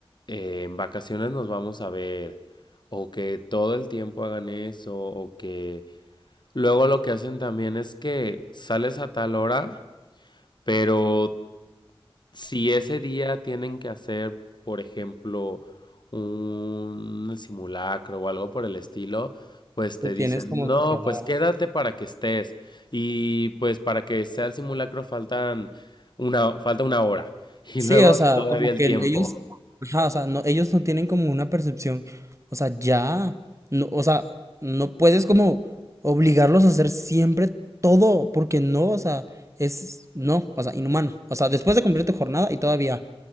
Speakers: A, on the left; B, on the right.
A: eh, en vacaciones nos vamos a ver o que todo el tiempo hagan eso o que... Luego lo que hacen también es que sales a tal hora Pero si ese día tienen que hacer, por ejemplo, un simulacro o algo por el estilo, pues te
B: te tienes
A: dicen,
B: como
A: no,
B: que quedar.
A: pues quédate para que estés. Y pues para que sea el simulacro faltan una, falta una hora. Y
B: Sí,
A: luego
B: o sea,
A: todavía
B: como
A: el
B: que
A: tiempo.
B: ellos, ajá, o sea, no, ellos no tienen como una percepción, o sea, ya, no, o sea, no puedes como obligarlos a hacer siempre todo, porque no, o sea, es, no, o sea, inhumano, o sea, después de cumplir tu jornada y todavía,